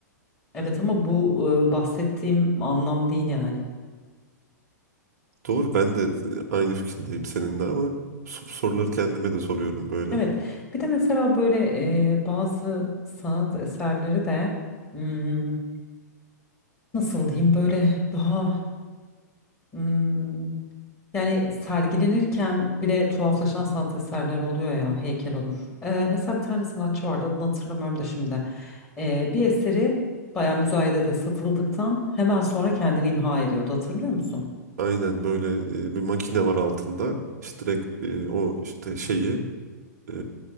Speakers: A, on the left; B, on the right.
A: Evet ama bu eee, bahsettiğim anlam değil yani.
B: Doğru ben de e, aynı fikirdeyim seninle ama so- soruları kendime de soruyorum böyle.
A: Evet. Bir de mesela böyle eee, bazı sanat eserleri de hmm, nasıl diyeyim böyle daha hmm, yani sergilenirken bile tuhaflaşan sanat eserleri oluyor ya heykel olur. Ee, mesela bir tane sanatçı vardı adını hatırlamıyorum da şimdi. Ee, bir eseri bayağı müzayedede satıldıktan hemen sonra kendini imha ediyordu hatırlıyor musun?
B: Aynen böyle e, bir makine var altında. İşte direkt e, o işte şeyi e,